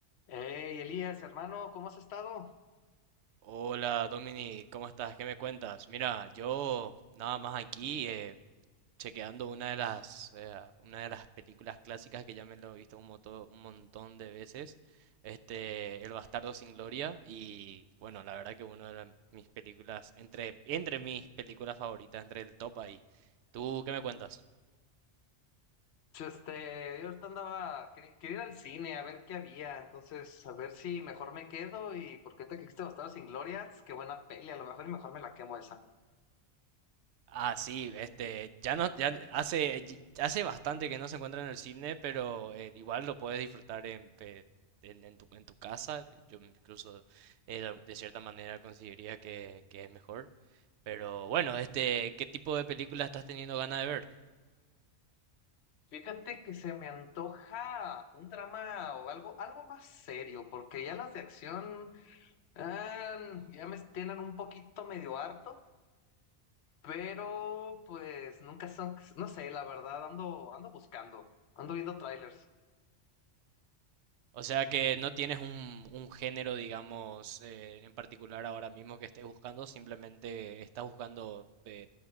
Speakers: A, on the left; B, on the right.
A: Hey, Elías, hermano, ¿cómo has estado?
B: Hola Domini, ¿cómo estás? ¿Qué me cuentas? Mira, yo nada más aquí eh, chequeando una de las eh, una de las películas clásicas que ya me lo he visto un, moto- un montón de veces, este El Bastardo sin Gloria y bueno, la verdad que una de la- mis películas entre entre mis películas favoritas, entre el top ahí. ¿Tú qué me cuentas?
A: Pues, Este, yo ahorita andaba, quer- quería ir al cine a ver qué había, entonces a ver si mejor me quedo y porque te quisiste Bastardos sin Glorias, qué buena peli, a lo mejor y mejor me la quemo esa.
B: Ah, sí, este, ya no, ya hace, y- hace bastante que no se encuentra en el cine, pero eh, igual lo puedes disfrutar en, pe- en, en tu, en tu casa. Yo incluso eh, de de cierta manera consideraría que, que es mejor. Pero bueno, este, ¿qué tipo de película estás teniendo ganas de ver?
A: Fíjate que se me antoja un drama o algo, algo más serio, porque ya las de acción ah, ya me tienen un poquito medio harto, pero pues nunca son, no sé, la verdad, ando, ando buscando, ando viendo trailers.
B: O sea que no tienes un, un género, digamos, eh, en particular ahora mismo que estés buscando, simplemente estás buscando eh,